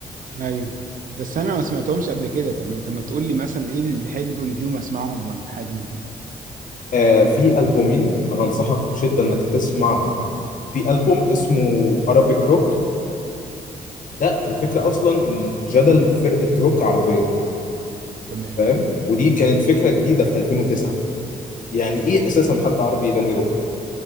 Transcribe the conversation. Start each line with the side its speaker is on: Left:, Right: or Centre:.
Right: ايوه بس انا ما سمعتهمش قبل كده طب انت ما تقول لي مثلا ايه الحلو اللي فيهم اسمعهم ولا حاجه من كده
Left: آه في البومين انا انصحك بشده انك تسمعهم في البوم اسمه ارابيك روك ده الفكره
Right: يا رب.
Left: اصلا ان جدل فرقه روك عربيه
Right: تمام
Left: فاهم ودي كانت فكره جديده في 2009 يعني
Right: ما
Left: ايه اساسا حد عربي يغني روك